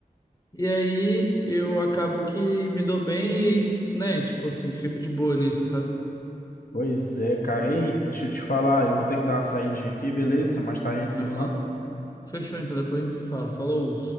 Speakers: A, on the left; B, on the left.
A: e aí eu acabo que me dou bem e, né, tipo assim, fico de boa nisso, sabe?
B: Pois é, cara. Ei, deixa eu te falar, eu vou ter que dar uma saidinha aqui, beleza? Mais tarde a gente se
A: Aham.
B: fala.
A: Fechou, então depois a gente se fala. Falou.